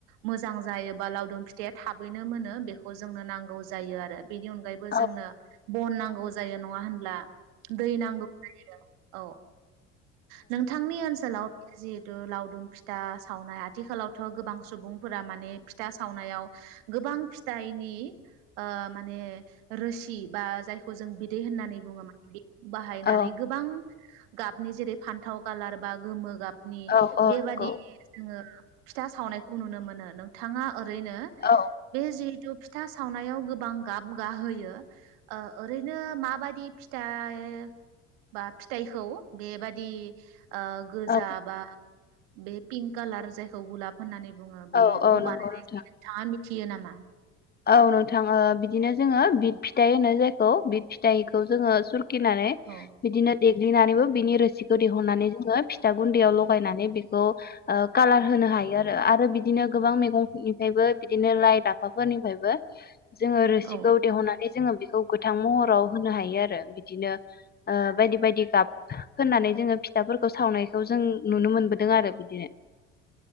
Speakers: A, on the right; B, on the left.
A: मोजां जायोबा लावदुम फिथाइया थाबैनो मोनो बेखौ जोंनो नांगौ जायो आरो बेनि अनगायैबो
B: औ
A: जोंनो बन नांगौ जा जायो नङा होनब्ला? दै नांगौ जायो। औ नोंथांनि ओनसोलाव जिहेथु लावदुम फिथा सावनाय आथिखालावथ' गोबां सुबुंफोरा माने फिथा सावनायाव ओ गोबां फिथाइनि माने रोसि बा जाय खौ जों बिदै होननानै बुङो माने बे बाहायनानै
B: औ
A: गोबां गाबनि जेरै फान्थाव कालार बा गोमो गाब नि
B: औ औ नंगौ
A: बेबादि जोङो फिथा सावनायखौ नुनो मोनो नोंथाङा ओ ओरैनो
B: औ
A: बे जिहेथु फिथा सावनायाव गोबां गाब गाहोयो ओरैनो माबादि फिथाइ बा फिथाइखौ बेबि दि ओ‌‌ गोजा‌
B: औ
A: बा बे पिंक कालार जायखौ गुलाब होननानै बुङो बेखौ
B: औ औ नंगौ औ नंगौ
A: बानायनाय
B: नोंथां
A: जायो नोंथाङा थियो नामा
B: औ नोंथां बिदिनो जोङो बिद फिथाइ होनो जायखौ बिद फिथाइखौ जोङो स नानै
A: औ
B: बिदिनो देग्लिनानैबो बिनि रोसिखौ दिहुननानै जोङो फिथा गुन्दैयाव लगायनानै बेखौ कालार होनो हायो आरो आरो बिदिनो गोबां मैगंनिफ्रायबो बिदिनो लाइ लाफा फोरनिफ्रायबो जोङो रोसिखौ
A: औ
B: देहनानै जोङो बेखौ गोथां महराव होनो हायो आरो बिदिनो ओ बायदि बायदि गाब फोननानै जोङो फिथाफोरखौ सावनायखौ जों नुनो मोनबोदों आरो बिदिनो